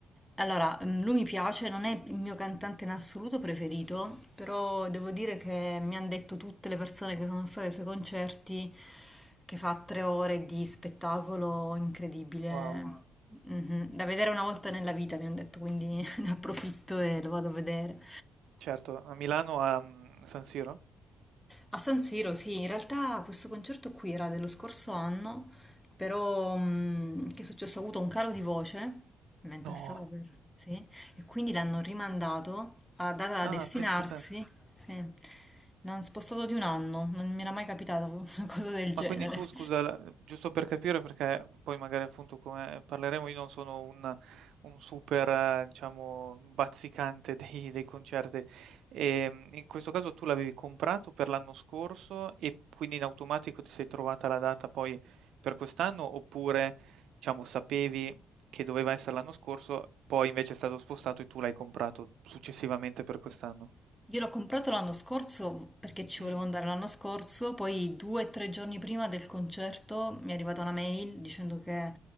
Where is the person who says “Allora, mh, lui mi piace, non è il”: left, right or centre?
Centre